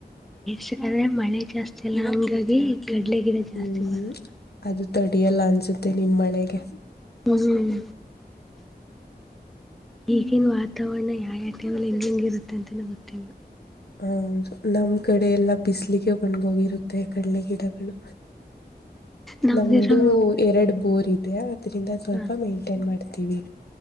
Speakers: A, in the centre; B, on the left.
A: ಸಾದ್ರೆ ಮಳೆ ಜಾಸ್ತಿ ಅಲ್ಲ ಹಂಗಾಗಿ ಕಡ್ಲೆ ಗಿಡ ಜಾಸ್ತಿ
B: ಹ್ಮ್
A: ಬರಲ್ಲ.
B: ಅದು ತಡಿಯಲ್ಲ ಅನ್ಸುತ್ತೆ ನಿಮ್ಮ್ ಮಳೆಗೆ.
A: ಹ್ಮ್ ಈಗನ್ ವಾತಾವರಣ. ಹಾಗ ಟಲ್ ಹೆಂಗ್ ಹೆಂಗ ಇರುತ್ತೆ ಅಂತನ ಗೊತ್ತಿಲ್ಲ.
B: ಹದು ನಮ್ ಕಡೆ ಎೆಲ್ಲಾ ಬಿಸಲಿಗೆ ಒಣ್ಗೋಗಿರುತ್ತೆ ಕಡಲೆ ಗಿಡಗಳು
A: ನಮ್ದಿರೋ
B: ನಮ್ದು ಎರಡು ಬೋರ್ ಇತ್ತು ಅದ್ರಿಂದ ಸ್ವಲ್ಪ
A: ಹ
B: ಮೇಂಟೈನ್ ಮಾಡ್ತೀವಿ